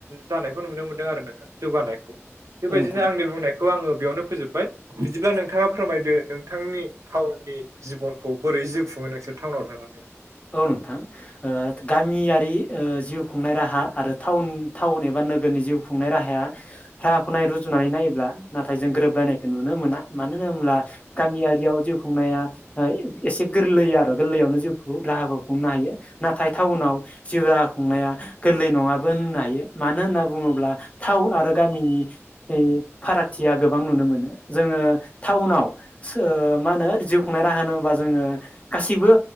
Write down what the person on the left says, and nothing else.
औ नोंथां
<inaudible>
औ नोंथां ओ गामिया रि जिउ खुंनाय राहा आरो टाउ- टाउन एबा नोगोरनि जिउ खुंनाय राहाया <unintelligible> जुनानै नायोब्ला नाथाय जों गोरोबलायनायखौ नुनो मोना मानो होनोब्ला गामियारियाव जिउ खुंनाया ओ एसे गरलै आरो गोरलैआवनो जिउ राहाखौ खुंनो हायो नाथाय टाउनाव जिउ राहा खुंनाया गो गोरलै नङाबो होननो हायो मानो होनना बुङोब्ला थाउन आरो गामिनि नि फारागथिया गोबां नुनो मोनो। जोङो टाउनाव सो- माहोनो जिउ खुंनाय राहा होनोबा जोङो। गासैबो